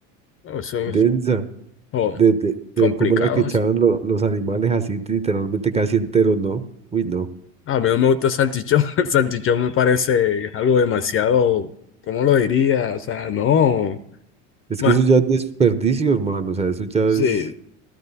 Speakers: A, on the left; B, on the right.
A: No, Eso es
B: densa,
A: oh,
B: de, de, de
A: complicado.
B: cómo era que echaban
A: eso.
B: lo- los animales así literalmente casi enteros, ¿no? Uy, no,
A: A mí no me gusta el salchichón. <laughs> El salchichón me parece algo demasiado, ¿cómo lo diría? O sea, no.
B: es
A: Más,
B: que eso ya es desperdicio, hermano, o sea, eso ya
A: sí,
B: es,